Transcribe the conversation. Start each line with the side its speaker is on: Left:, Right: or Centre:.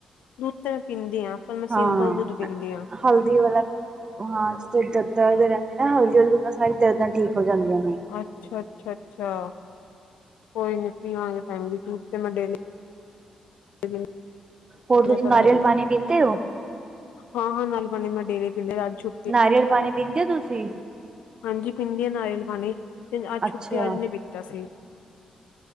Left: ਦੁੱਧ ਤੇ ਮੈਂ ਪੀਂਦੀ ਹਾਂ ਪਰ ਮੈਂ
Right: ਹਾਂ
Left: ਸਿੰਪਲ ਦੁੱਧ ਪੀਂਦੀ ਹਾਂ
Right: ਹਲਦੀ ਵਾਲਾ ਹਾਂ ਜਿੱਥੇ ਦਰਦਾਂ ਰਹਿੰਦੇ ਨਾ ਹਲਦੀ ਆਲੇ ਦੁੱਧ ਨਾਲ ਸਾਰੀ ਦਰਦਾਂ ਠੀਕ ਹੋ ਜਾਂਦੀਆਂ ਨੇ
Left: ਅੱਛਾ ਅੱਛਾ ਅੱਛਾ ਕੋਈ ਨੀ ਪਿਆਂਗੇ ਭੈਣਜੀ ਦੁੱਧ ਤੇ ਮੈਂ ਡੇਲੀ <unintelligible>
Right: ਹੋਰ ਤੁਸੀਂ
Left: ਆ ਪਰ
Right: ਨਾਰੀਅਲ
Left: ਹਲਦੀ
Right: ਪਾਣੀ ਪੀਂਤੇ ਹੋ
Left: ਹਾਂ ਹਾਂ ਨਾਰੀਅਲ ਪਾਣੀ ਮੈਂ ਡੇਲੀ ਪੀਣੀ ਆਜ ਛੂ
Right: ਨਾਰੀਅਲ ਪਾਣੀ ਪੀਂਦੇ ਹੋ ਤੁਸੀਂ
Left: ਹਾਂਜੀ ਪੀਂਦੀ ਆਂ ਨਾਰੀਅਲ ਪਾਣੀ ਤੇ ਅੱਜ
Right: ਅੱਛਾ,
Left: ਛੁੱਟੀ ਅੱਜ ਨਹੀ ਪੀ ਤਾ ਸੀ